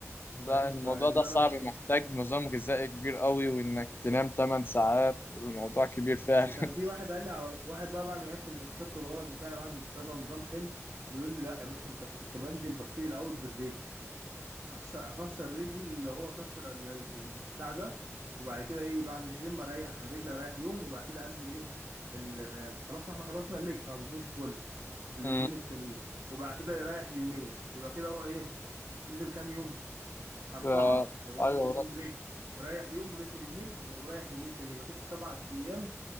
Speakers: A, on the left; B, on the right.
A: لا
B: فاهم
A: الموضوع
B: فان
A: ده
B: انا
A: صعب
B: ما لقيتش
A: محتاج
B: كوتش
A: نظام غذائي كبير قوي وانك تنام 8 ساعات والموضوع كبير فعلا
B: وكان
A: <laughs>
B: في واحد قال لي على واحد بقى بعد ما عرفت ان اكتشفت الغلط بتاعي واحد ابتدى نظام حلو بيقول لي لا يا باشا انت كنت بنزل ببتدي الاول بالرجل كسر اكسر رجل اللي هو كسر ال- البتاع ده وبعد كده ايه بعد الجيم اريح رجل اريح يوم وبعد كده انزل ايه ال- خلاص احنا خلصنا الليج فهنبوش بول في اليومين
A: مم.
B: التانيين وبعد كده يريح يومين يبقى كده هو ايه نزل كام يوم أربعة
A: ف...
B: اللي هو
A: ايوه
B: نزل
A: لا،
B: يوم برجل وريح يوم ونزل يومين وريح يومين تاني يبقى كده السبع أيام